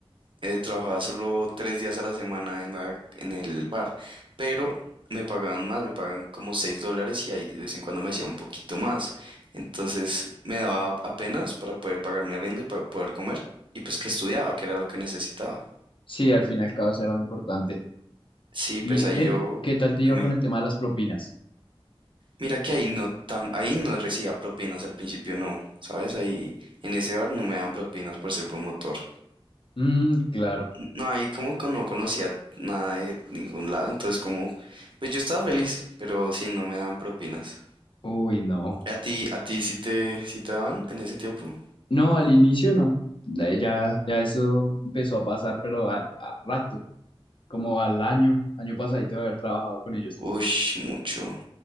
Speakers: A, on the right; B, on the left.
A: eh, trabajaba solo tres días a la semana en la, en el bar, pero me pagaban más, me pagaban como 6 dólares y ahí de vez en cuando me hacía un poquito más. Entonces me daba apenas para poder pagar mi arriendo y para poder comer y pues que estudiaba, que era lo que necesitaba.
B: Sí, al fin y al cabo eso era lo importante.
A: Sí,
B: ¿Y
A: pues ahí
B: ve,
A: yo,
B: qué tal te iba
A: dime,
B: con el tema de las propinas?
A: mira que ahí no tan, ahí no recibía propinas al principio, no, ¿sabes? Ahí en ese bar no me dan propinas por ser promotor.
B: Mm, claro.
A: No, ahí como que no conocía nada de ningún lado, entonces como, pues yo estaba feliz, pero sí, no me dan propinas.
B: Uy, no.
A: ¿A ti, a ti sí te, sí te daban en ese tiempo?
B: No, al inicio no. Eh, Ya, ya eso empezó a pasar, pero a, a rato, como al año, año pasadito de haber trabajado con ellos.
A: Ush, mucho.